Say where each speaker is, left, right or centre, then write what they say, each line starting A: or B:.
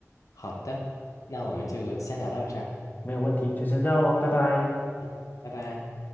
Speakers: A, on the left; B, on the left.
A: 好的，那我们就先聊到这儿。
B: 没有问题，就先这样喽，拜拜。
A: 嗯，拜拜。